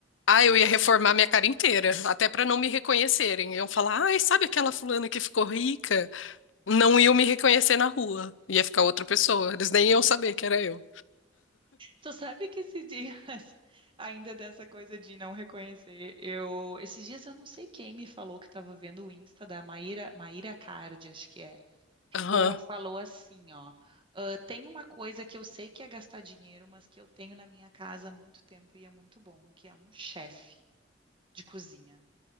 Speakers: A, on the left (about 75°); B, on the right (about 25°).
A: Ah, eu ia reformar minha cara inteira, até para não me reconhecerem. Iam falar, ai, sabe aquela fulana que ficou rica? Não iam me reconhecer na rua. Ia ficar outra pessoa. Eles nem iam saber que era eu.
B: Tu sabe que esses dias, <laughs> ainda dessa coisa de não reconhecer, eu, esses dias eu não sei quem me falou que estava vendo o Insta da Maíra, Maíra Cardi, acho que é.
A: Aham,
B: E ela falou assim, ó, "Ah, tem uma coisa que eu sei que é gastar dinheiro, mas que eu tenho na minha casa há muito tempo e é muito bom, que é um chefe de cozinha.